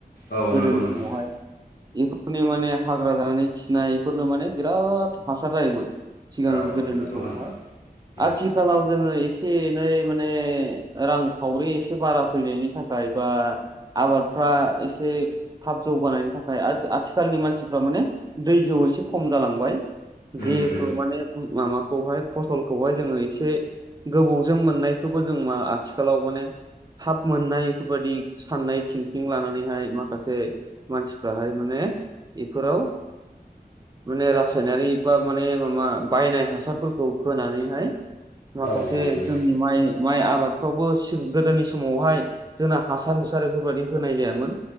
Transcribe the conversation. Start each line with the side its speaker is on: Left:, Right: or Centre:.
Left: औ
Right: गोदोनि
Left: नंगौ
Right: समावहाय
Left: नोंथां
Right: बे बेफोरनि माने हाग्रा जानानै खिनाय बेफोरनो माने बिराद हासार जायोमोन। सिगां
Left: औ औ
Right: गोदोनि
Left: नंगौ
Right: समावहाय
Left: नोंथां उम
Right: आथिखालाव जोङो एसे एनै माने रां खावरि एसे बारा फैनायनि थाखाय बा आबादफ्रा एसे थाब जौगानायनि थाखाय आथिखालनि मानसिफ्रा माने दै जौ एसे खम जालांबाय
Left: उम
Right: जिहेथु
Left: उम
Right: माने माबाखौहाय फसलखौहाय जोङो एसे गोबौजों मोननायखौबो जों मा आथिखालाव माने थाब मोननाय इफोरबायदि साननाय थिंकिं लानानैहाय माखासे मानसिफ्राहाय माने इफोराव माने रासायनारि बा माने माबा बायनाय हासारफोरखौ होनानैहाय माखासे
Left: औ औ नंगौ
Right: जोंनि माइ माइ आबाद फावबो गोदोनि समावहाय जोंना हासार हुसार बेफोरबायदि होनाय जायामोन।